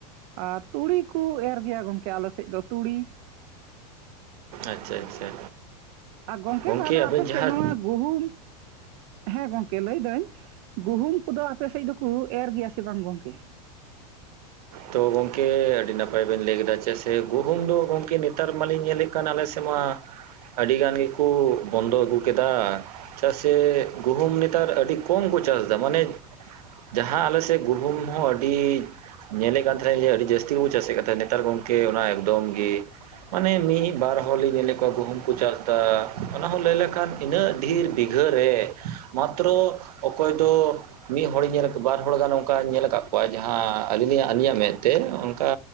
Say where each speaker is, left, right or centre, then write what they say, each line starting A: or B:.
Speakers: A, on the right; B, on the right.
A: ᱟᱨ ᱛᱩᱲᱤ ᱠᱚ ᱮᱨ ᱜᱮᱭᱟ ᱜᱚᱝᱠᱮ ᱟᱞᱮ ᱥᱮᱫ ᱫᱚ ᱛᱩᱲᱤ᱾
B: ᱟᱪᱪᱷᱟ ᱟᱪᱪᱷᱟ᱾
A: ᱟᱨ ᱜᱚᱢᱠᱮ
B: ᱜᱚᱝᱠᱮ
A: ᱛᱟᱦᱞᱮ
B: ᱟᱵᱮᱱ
A: ᱟᱯᱮ
B: ᱡᱟᱦᱟᱸ
A: ᱥᱮᱫ ᱱᱚᱣᱟ ᱜᱩᱦᱩᱢ ᱦᱮᱸ ᱜᱚᱝᱠᱮ ᱞᱟᱹᱭ ᱫᱟᱹᱧ ᱜᱩᱦᱩᱢ ᱠᱚᱫᱚ ᱟᱯᱮ ᱥᱮᱫ ᱫᱚᱠᱚ ᱮᱨ ᱜᱮᱭᱟ ᱥᱮ ᱵᱟᱝ ᱜᱚᱝᱠᱮ?
B: ᱛᱚ ᱜᱚᱢᱠᱮ ᱟᱹᱰᱤ ᱱᱟᱯᱟᱭ ᱵᱮᱱ ᱞᱟᱹᱭ ᱠᱮᱫᱟ, ᱪᱮᱫᱟᱜ ᱥᱮ ᱜᱩᱦᱩᱢ ᱫᱚ ᱜᱚᱢᱠᱮ ᱱᱮᱛᱟᱨ ᱢᱟᱞᱤᱧ ᱧᱮᱞᱮᱫ ᱠᱟᱱ ᱟᱞᱮ ᱥᱮᱫ ᱢᱟ ᱟᱹᱰᱤ ᱜᱟᱱ ᱜᱮᱠᱩ ᱵᱚᱱᱫᱚ ᱟᱹᱜᱩ ᱠᱮᱫᱟ᱾ ᱪᱮᱫᱟᱜ ᱥᱮ ᱜᱩᱦᱩᱢ ᱱᱮᱛᱟᱨ ᱟᱹᱰᱤ ᱠᱚᱢ ᱠᱚ ᱪᱟᱥ ᱮᱫᱟ ᱢᱟᱱᱮ ᱡᱟᱦᱟᱸ ᱟᱞᱮᱥᱮᱫ ᱜᱩᱦᱩᱢ ᱦᱚ ᱟᱹᱰᱤ ᱧᱮᱞᱮᱫ ᱠᱟᱱ ᱛᱟᱦᱮᱸᱱᱟ ᱡᱮ ᱟᱹᱰᱤ ᱡᱟᱹᱥᱛᱤ ᱵᱚ ᱪᱟᱥᱮᱫ ᱠᱟᱱ ᱛᱟᱦᱮᱸᱫ᱾ ᱱᱮᱛᱟᱨ ᱜᱚᱝᱠᱮ ᱚᱱᱟ ᱮᱠᱫᱚᱢ ᱜᱮ ᱢᱟᱱᱮ ᱢᱤᱫ ᱵᱟᱨ ᱦᱚᱲᱞᱤᱧ ᱧᱮᱞᱮᱫ ᱠᱚᱣᱟ ᱜᱩᱦᱩᱢ ᱠᱚ ᱪᱟᱥᱫᱟ, ᱚᱱᱟ ᱦᱚᱸ ᱞᱟᱹᱭ ᱞᱮᱠᱷᱟᱱ ᱤᱱᱟᱹᱜ ᱰᱷᱤᱨ ᱵᱤᱜᱷᱟᱹ ᱨᱮ ᱢᱟᱛᱨᱚ ᱚᱠᱚᱭ ᱫᱚ ᱢᱤᱫ ᱦᱚᱲᱤᱧ ᱧᱮᱞᱟᱛᱚ᱾ ᱵᱟᱨ ᱦᱚᱲ ᱜᱟᱱ ᱚᱱᱠᱟᱧ ᱧᱮᱞ ᱟᱠᱟᱫ ᱠᱚᱣᱟ ᱡᱟᱦᱟᱸ ᱟᱹᱞᱤᱧ ᱞᱤᱧᱟᱜ ᱟᱹᱞᱤᱧᱟᱜ ᱢᱮᱫ ᱛᱮ ᱚᱱᱠᱟ